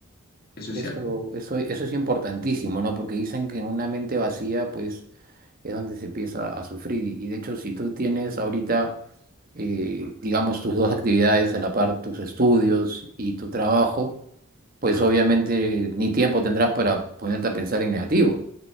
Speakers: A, on the left; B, on the right.
A: eso
B: Eso,
A: es cierto.
B: eso, eso es importantísimo, ¿no? Porque dicen que en una mente vacía, pues, es donde se empieza a sufrir. Y y de hecho, si tú tienes ahorita, eh, digamos, tus dos actividades a la par, tus estudios y tu trabajo, pues obviamente ni tiempo tendrás para ponerte a pensar en negativo.